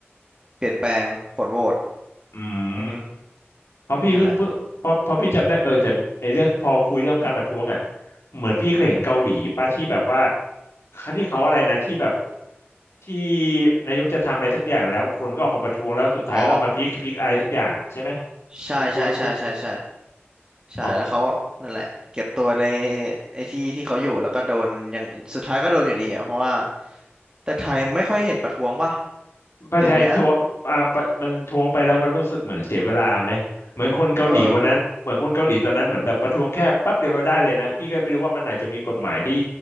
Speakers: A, on the right; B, on the left.
A: เปลี่ยนแปลงผลโหวต
B: อืม
A: อือฮึ
B: เพราะพี่เพิ่งเพิ่งเพราะเพราะพี่จำได้เออแต่ไอเรื่องพอพูดเรื่องการประท้วงอ่ะ
A: นั่นแหละ
B: เหมือนพี่เคยเห็นเกาหลีป่ะที่แบบว่าเที่เขาอะไรนะที่แบบที่นายกจะทำอะไรสักอย่างแล้วคนก็ออกมาประท้วงแล้วสุดท้ายก็ต้องมาพีคพีคอะไรสักอย่างอ่ะใช่ไหม
A: อ๋อใช่ใช่ใช่ใช่
B: คุณคุณคุณ
A: ใช่ ใช่
B: ขอ
A: แล้วเขานั่นแหละเก็บตัวในไอ้ที่ที่เขาอยู่แล้วก็โดนอย่างสุดท้ายก็โดนอยู่ดีอะเพราะว่าแต่ไทยไม่ค่อยเห็นประท้วงป่ะ
B: ประเทศไทยทวงอ่าปะมันทวงไปแล้วมันรู้สึกเหมือนเสียเวลาไหมเหมือนคนเกาหลีวันนั้นเหมือนคนเกาหลีตอนนั้นเหมือนแบบประท้วงแค่แป๊บเดียวเราได้เลยนะพี่ก็ไม่รู้ว่ามันอาจจะมีกฎหมายที่
A: เดี๋ยวเนี้ยเออ